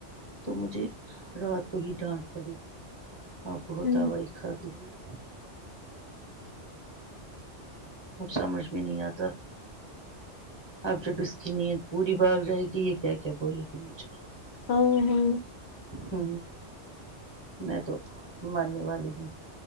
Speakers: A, on the right; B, on the left.
A: تو مجھے رات <unintelligible> کوی ڈانٹ پڑی <inaudible> ہاں بہت
B: ہوں ہوں
A: آواز کھاتی ہو <unintelligible> اب سمجھ میں نہیں آتا اب جب اس کی نیت پوری بھاگ جائے گی یہ کیا کیا بولے گی مجھے <unintelligible>
B: او ہ <inaudible>
A: ہ میں تو مرنے والی ہوں